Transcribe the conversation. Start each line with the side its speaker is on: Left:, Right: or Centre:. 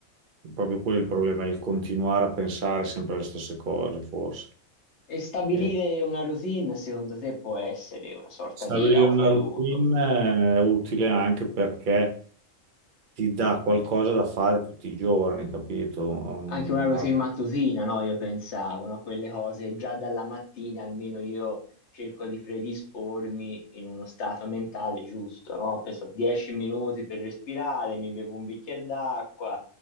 Right: proprio quello il problema, il continuare a pensare sempre alle stesse cose, forse.
Left: E stabilire
Right: E
Left: una routine, secondo te, può essere una sorta
Right: stabilire
Left: di autoaiuto?
Right: una routine è utile anche perché ti dà qualcosa da fare tutti i giorni, capito? Um,
Left: Anche una routine
Right: al-
Left: mattutina, no? Io pensavo, no? Quelle cose già dalla mattina, almeno io cerco di predispormi in uno stato mentale giusto, no? Che so, 10 minuti per respirare, mi bevo un bicchiere d'acqua,